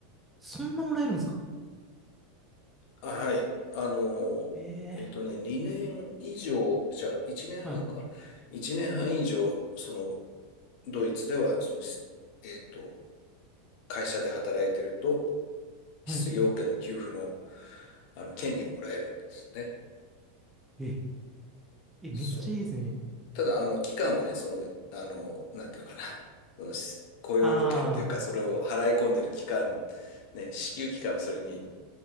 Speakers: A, in the centre; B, on the left (about 40°).
A: そんなもらえるんですか
B: あ、はい。あの、
A: ええ
B: えっとね、2年以上、じゃあ1年半か。
A: ーはい、
B: 1年半以上、その、ドイツでは、その、しえっと、会社で働いてると、失業保険の給付の、
A: はい。
B: あの、権利をもらえるんですね。
A: え、え、めっちゃいいですね。
B: そう。ただ、あの、期間はね、その、あの、なんていうのかな、<laughs> その、し雇用保険っていうか、
A: ああ、
B: それを払い込んでる期間、ね、支給期間はそれに